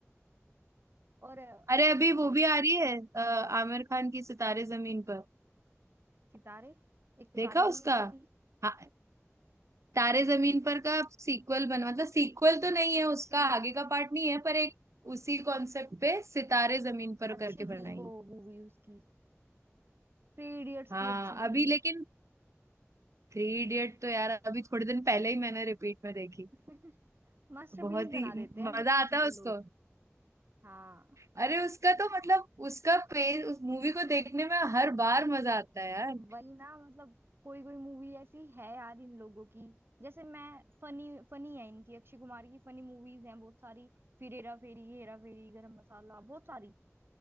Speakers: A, on the right; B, on the right.
A: और अ,
B: अरे अभी वो भी आ रही है अ, आमिर खान की सितारे जमीन पर
A: सितारे एक तो
B: देखा
A: तारे
B: उसका
A: जमीन पे थी
B: हाँ, तारे जमीन पर का सीक्वल बना मतलब सीक्वल तो नहीं
A: अच्छा
B: है उसका आगे का पार्ट नहीं है पर एक उसी कॉन्सेप्ट पे सितारे जमीन पर
A: अच्छी
B: करके बनाई
A: थी वो
B: है।
A: मूवी उसकी थ्री इडियट्स
B: हाँ
A: भी अच्छी
B: अभी
A: थी
B: लेकिन थ्री इडियट तो यार अभी थोड़े दिन पहले ही मैंने रिपीट में देखी
A: <laughs> मास्टरपीस
B: बहुत ही
A: बना देते हैं
B: मजा
A: कुछ कुछ
B: आता
A: ये
B: है उसको
A: लोग हाँ
B: अरे उसका तो मतलब उसका पेज उस मूवी को देखने में हर बार मजा आता है यार
A: वही ना मतलब कोई कोई मूवी ऐसी है यार इन लोगों की जैसे मैं फनी फनी है इनकी अक्षय कुमार की फनी मूवीज हैं बहुत सारी फिर हेरा फेरी हेरा फेरी गरम मसाला बहुत सारी